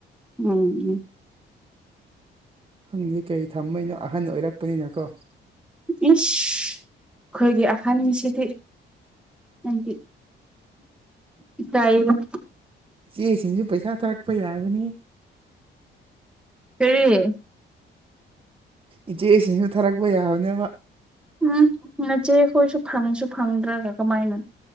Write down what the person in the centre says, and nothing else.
ꯎꯝ <unintelligible>
ꯏꯁ ꯑꯩꯈꯣꯏꯒꯤ ꯑꯍꯟꯁꯤꯗꯤ ꯅꯪꯗꯤ ꯢꯀꯥꯢꯔꯣꯢ
ꯀꯥꯔꯤ
ꯎꯝ ꯅꯆꯦ ꯑꯩꯈꯣꯏꯁꯨ ꯐꯪꯁꯨ ꯐꯪꯗ꯭ꯔꯒ ꯀꯃꯥꯏꯅ